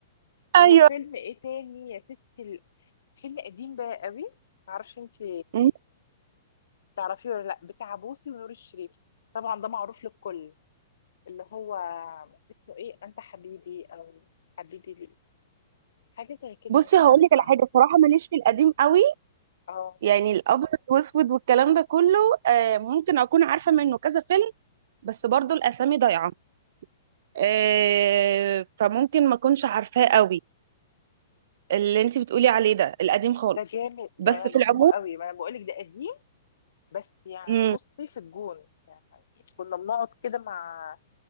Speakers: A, on the left; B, on the right.
A: وفيلم
B: ايوه
A: ايه تاني يا ستي ال- فيلم قديم بقى قوي معرفش انت
B: مم.
A: تعرفيه ولا لا بتاع بوسي ونور الشريف طبعا ده معروف للكل اللي هو اسمه ايه انت حبيبي او حبيبي لي حاجه زي كده
B: بصي
A: مش
B: هقول
A: عارفه
B: لك على حاجه بصراحه ماليش في القديم قوي
A: اه
B: يعني الابيض واسود والكلام ده كله آه ممكن اكون عارفه منه كذا فيلم بس برضو الاسامي ضايعه آه فممكن ما اكونش عارفاه قوي اللي انت بتقولي عليه ده القديم خالص
A: ده جامد ده
B: بس
A: انا
B: في
A: بحبه
B: العموم
A: قوي ما انا بقولك ده قديم بس يعني
B: مم.
A: بصي في الجون يعني كنا بنقعد كده مع